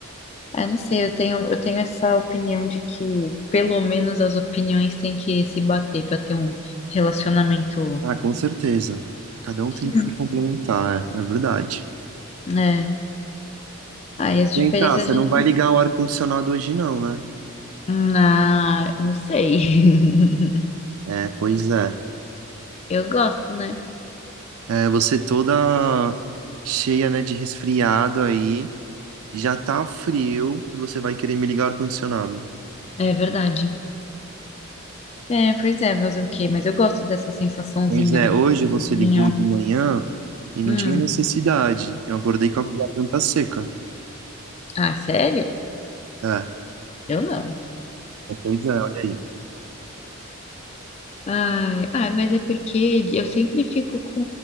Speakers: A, on the left; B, on the right.
A: Ah, não sei, eu tenho, eu tenho essa opinião de que pelo menos as opiniões têm que se bater para ter um relacionamento,
B: Ah, com certeza. Cada um tem
A: Hum.
B: que se complementar, é, é verdade.
A: né? Aí as diferenças
B: Vem cá, você
A: a gente.
B: não vai ligar o ar-condicionado hoje não, né?
A: Na... Não sei. <laughs>
B: É, pois é.
A: Eu gosto, né?
B: É, você toda cheia, né, de resfriado aí. Já tá frio e você vai querer me ligar o ar-condicionado.
A: É verdade. É, pois é, fazer o quê? Mas eu gosto dessa sensaçãozinha
B: Pois é,
A: do
B: hoje
A: carinho.
B: você ligou de manhã e não
A: Hum.
B: tinha necessidade. Eu acordei com a garganta seca.
A: Ah, sério?
B: É,
A: Eu não.
B: é, pois é, olha aí.
A: Ai, ai, mas é porque eu sempre fico com